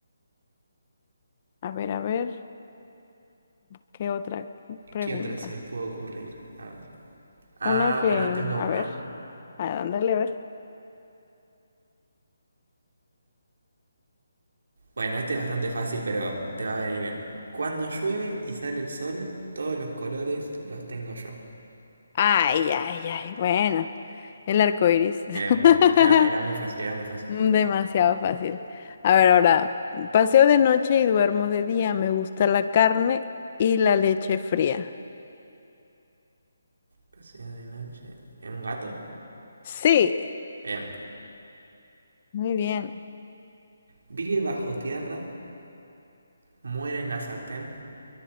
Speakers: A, on the left; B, on the right.
A: A ver, a ver, ¿qué otra pregunta?
B: ¿qué otra se me puede ocurrir? A ver. Ah,
A: Una que,
B: bueno, tengo uno.
A: a ver, a ándale, a ver.
B: Bueno, este es bastante fácil, pero te va a venir bien. Cuando llueve y sale el sol, todos los colores los tengo yo.
A: Ay, ay, ay. Bueno, el arco iris. <laughs>
B: Bien, bien. Era, era muy fácil, era muy fácil.
A: Mm, Demasiado fácil. A ver, ahora, paseo de noche y duermo de día. Me gusta la carne y la leche fría.
B: Paseo de noche. ¿Es un gato?
A: Sí,
B: Bien.
A: muy bien.
B: Vive bajo tierra, muere en la sartén